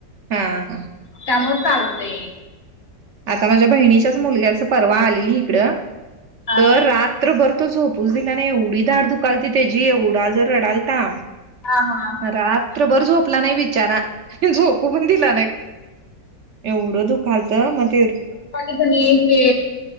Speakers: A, on the right; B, on the left.
A: हा हा
B: त्यामुळ चालते.
A: आता माझ्या बहिणीच्याच मुलग्याच परवा आलेली इकडं
B: हा
A: तर रात्रभर तो झोप हुस दिला नी एवढी दाड दुखालती त्याची एवढा जर रडालता.
B: हा हा
A: रात्रभर झोपला नाही बिचारा झोप पण दिल नाही. एवढं दुखालत मग ते
B: पाणी तणी ते